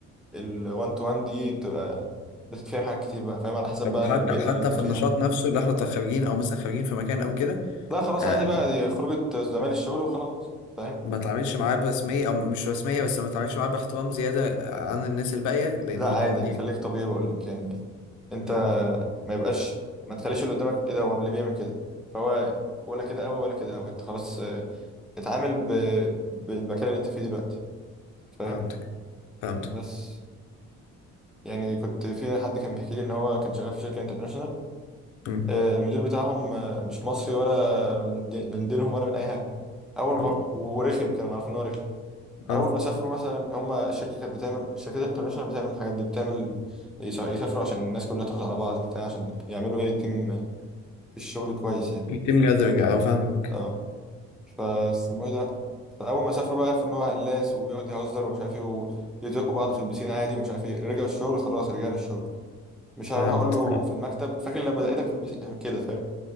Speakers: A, in the centre; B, on the left.
A: الوان تو وان دي بتبقى بتتفهم حاجات كتير بقى فاهم على حسب
B: طب
A: بقى
B: وحتى
A: البيئة
B: حتى
A: اللي انت
B: في
A: فيها
B: النشاط نفسه اللي احنا خارجين او مثلا خارجين في مكان او كده
A: لا خلاص
B: آه
A: عادي بقى دي خروجة زمال الشغل وخلاص فاهم
B: ما تعاملش معاه برسميه او مش رسميه بس ما تعاملش معاه باحترام زياده آه، عن الناس الباقيه لان
A: لا
B: هو كان
A: عادي
B: مدير
A: يعني خليك طبيعي بقول لك يعني انت
B: مم.
A: ما يبقاش ما تخليش اللي قدامك ايه ده هو ليه بيعمل كده فهو ولا كده قوي ولا كده قوي انت خلاص اه، اتعامل ب... بالمكان اللي انت فيه دلوقتي فاهم
B: فهمتك فهمتك
A: بس يعني كنت في حد كان بيحكي لي ان هو كان شغال في شركة انترناشونال
B: مم.
A: آه، المدير بتاعهم آه، مش مصري ولا من دي- من دينهم ولا من اي حاجه اول
B: اه
A: ما ورخم كانوا عارفين ان هو رخم
B: اه
A: اول ما سافروا مثلا هم الشركه كانت بتعمل الشركات الانترناشونال بتعمل الحاجات دي بتعمل يس- يسافروا عشان الناس كلها تاخد على بعض بتاع عشان يعملوا ايه تيم في الشغل كويس يعني
B: يتم جاذبنج او فاهمك
A: اه فاسمه ايه ده فاول ما سافروا بقى عرفوا ان هو هلاس وبيقعد يهزر ومش عارف ايه ويزقوا بعض في البسين عادي ومش عارف ايه رجعوا الشغل خلاص رجعنا الشغل مش
B: فهمت
A: هروح اقول له في المكتب فاكر لما دقيتك في البسين كده فاهم